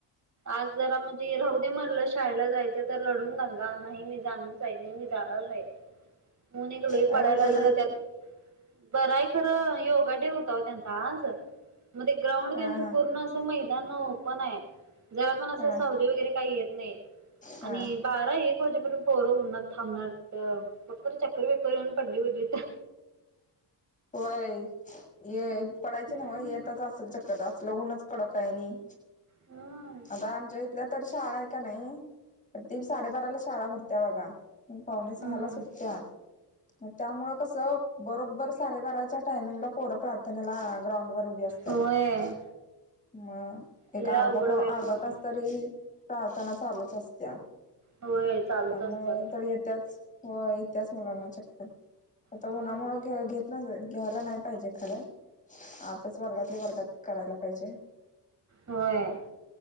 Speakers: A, on the right; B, on the left.
A: आज जरा म्हणजे राहू दे म्हणलं शाळेला जायचं तर रडून नंगा नाही मी जाण पहिनी मी जाणारच आहे ऊन एक लई
B: अरे
A: पडायला
B: बरं
A: आलेलं
B: आहे
A: त्यात
B: की
A: बरं आहे खरं योग बड्डे होता हो त्यांचा आज. मग ते ग्राउंड
B: हा
A: त्यांचं
B: हा
A: पूर्ण असं माहित नानव पण आहे जेव्हापण असं
B: हा
A: सावली वगैरे काही येत नये. आणि
B: हा
A: बारा एक वाजेपर्यंत पोर उन्हात थांबणार ति कुठ तरी चक्कर बि कर करून पडली बिडली तर.
B: होय ये. पडायचे
A: हम्म
B: नव्ह येतच असेल चक्कर दाव ल ऊनच कडक काय आहे आणि
A: हम्म
B: आता आमच्या इथल्या तर शाळा आहे का नाही ती साडेबाराला शाळा भरत्या बघा पण पावने सहाला
A: हम्म
B: सुटत्या. मग त्यामुळे कसं बरोबर साडेबाराच्या टायमिंगला पोरं प्रार्थनेला ग्राउंड वर उभी असत्यात
A: होय
B: मग. ते
A: लय
B: का आरदा
A: अवघड
B: तो अर्धा
A: बाई पोरांचं
B: तास तरी चालताना चालूच असत्या त्यामुळ
A: होय चालूच असत्या खरं.
B: तर येत्याच हो येत्याच मुलांना चक्कर आता
A: हम्म
B: उन्हामुळ घे घेत ना होय घ्यायला नाही पाहिजे खरं आताच वर्गातले वर्गात करायला पाहिजे
A: होय.